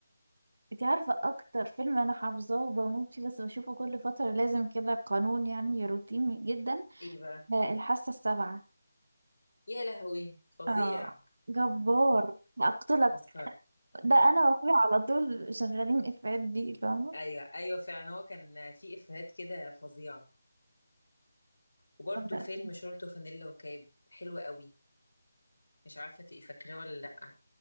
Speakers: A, on the right; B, on the left.
A: انت عارفة اكتر فيلم انا حافظاه وبموت فيه بس بشوفه كل فترة لازم كده قانون يعني روتيني جدا
B: ايه بقى
A: آه، الحاسة السابعة
B: يا لهوي فظيع
A: اه جبار اقتلك
B: مسخره
A: ده انا واخويا على طول شغالين افيهات بيه فاهمة
B: ايوه ايوه فعلا هو كان في افيهات كده فظيعه وبرده
A: طب ده
B: فيلم شورت وفانيلا وكاب حلو قوي مش عارفه تبقي فاكراه ولا لا